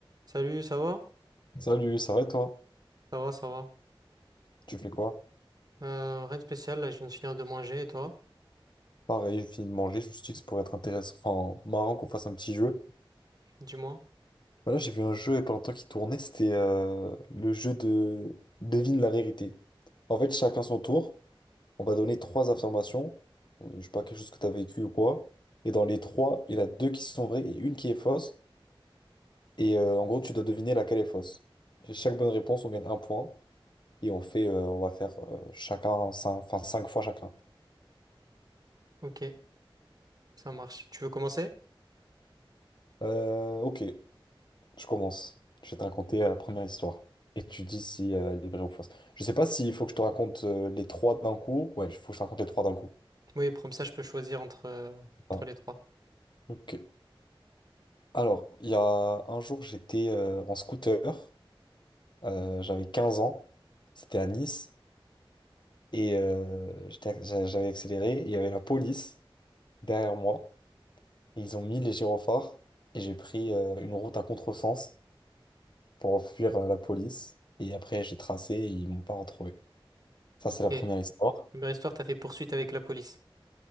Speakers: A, on the right; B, on the left.
A: Salut, ça va?
B: Salut, ça va et toi?
A: Ça va, ça va.
B: Tu fais quoi?
A: Euh, rien de spécial, là, je viens de finir de manger, et toi?
B: Pareil, j'ai fini de manger, je me suis dit que ça pourrait être intéressant, enfin marrant qu'on fasse un petit jeu.
A: Dis-moi.
B: Bah là, j'ai vu un jeu il y a pas longtemps qui tournait, c'était euh, le jeu de devine la vérité. En fait, chacun son tour, on va donner trois affirmations, euh, je sais pas, quelque chose que tu as vécu ou quoi. Et dans les trois, il y en a deux qui sont vraies et une qui est fausse. Et euh, en gros, tu dois deviner laquelle est fausse. Et chaque bonne réponse, on gagne un point. Et on fait, euh, on va faire euh, chacun, cinq, enfin cinq fois chacun.
A: Ok, ça marche. Tu veux commencer?
B: Euh, ok, Je commence. Je vais te raconter la première histoire. Et tu dis si euh, elle est vraie ou fausse. Je sais pas s'il faut que je te raconte euh, les trois d'un coup. Ouais, il faut que je te raconte les trois d'un coup.
A: Oui, comme ça, je peux choisir entre, euh,
B: Ah,
A: entre les trois.
B: ok. Alors, il y a un jour, j'étais euh, en scooter. Euh, j'avais 15 ans. C'était à Nice. Et euh, j'étais- j'a- j'avais accéléré. Et il y avait la police derrière moi. Et ils ont mis les gyrophares. Et j'ai pris euh, une route à contresens pour fuir euh, la police. Et après, j'ai tracé et ils m'ont pas retrouvé. Ça, c'est la
A: Ok.
B: première histoire.
A: Première histoire, t'as fait poursuite avec la police.